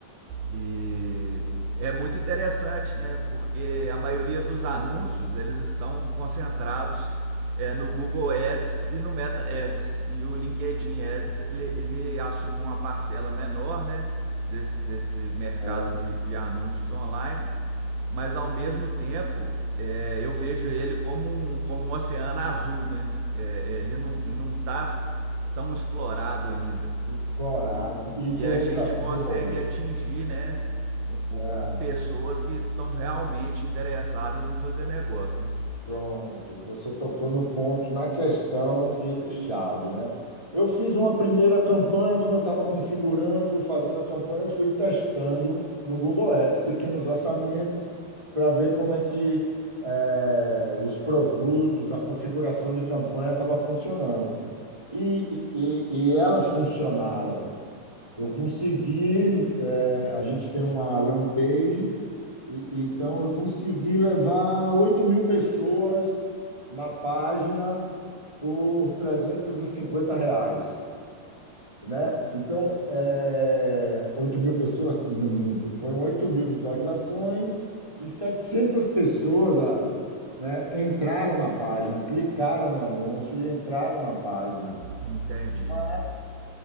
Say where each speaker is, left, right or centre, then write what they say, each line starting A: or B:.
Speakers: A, on the right (about 70°); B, on the right (about 20°).
A: E é muito interessante, né? Porque a maioria dos anúncios eles estão concentrados é, no Google Ads e no Meta Ads. E o LinkedIn Ads ele, ele assume uma parcela menor, né? Desse, desse mercado
B: eh,
A: de, de anúncios online, mas ao mesmo tempo é, eu vejo ele como um, como um oceano azul, né? É, ele não está tão explorado ainda.
B: explorado,
A: E,
B: e
A: e
B: tem
A: a
B: outra
A: gente consegue
B: coisa, Augusto.
A: atingir, né? o-
B: é,
A: o- pessoas que estão realmente interessadas em fazer negócio, né?
B: Pronto, você tocou no ponto, na questão que chave, né? Eu fiz uma primeira campanha, como eu estava configurando, fazendo a campanha, eu fui testando no Google Ads, pequenos orçamentos, para ver como é que eh, os produtos, a configuração de campanha estava funcionando. E, e, e elas funcionaram. Eu consegui, eh, a gente tem uma landing page e- e Então, eu consegui levar 8 mil pessoas na página por 350 reais, né? Então, é, 8 mil pessoas, não minto, foram 8 mil visualizações e 700 pessoas, ah, né, entraram na página, clicaram no anúncio e entraram na página.
A: Entendi.
B: Mas